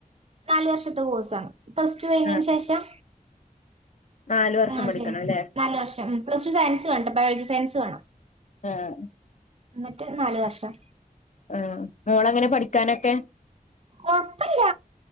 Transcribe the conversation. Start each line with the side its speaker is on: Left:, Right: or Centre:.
Right: നാല് വർഷത്തെ കോഴ്സാണ്. പ്ലസ് ടു കഴിഞ്ഞേന്
Left: ആഹ്
Right: ശേഷം.
Left: നാല് വർഷം
Right: ആതെ
Left: പഠിക്കണം അല്ലേ
Right: നാല് വർഷം. ഉം പ്ലസ് ടു സയൻസ് വേണ്ട. ബയോളജി സയൻസ് വേണം.
Left: ഏഹേ
Right: ഇന്നട്ട് നാല് വർഷം.
Left: ആ മോളങ്ങനെ പഠിക്കാനൊക്കെ.
Right: കൊഴപ്പല്ല.